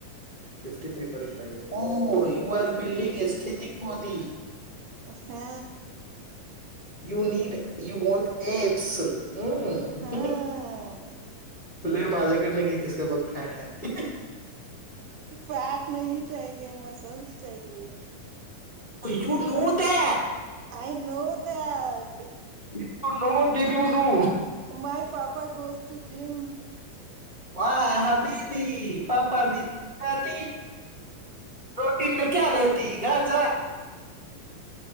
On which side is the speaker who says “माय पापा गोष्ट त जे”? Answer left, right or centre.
Right